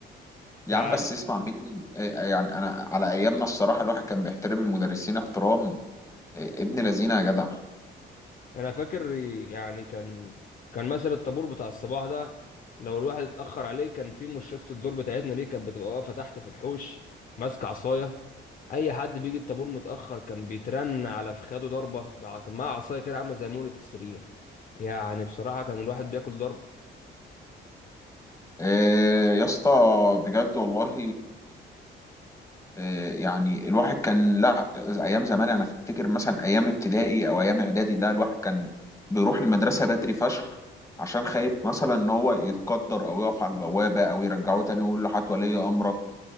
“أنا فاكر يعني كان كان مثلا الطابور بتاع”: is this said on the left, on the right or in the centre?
Left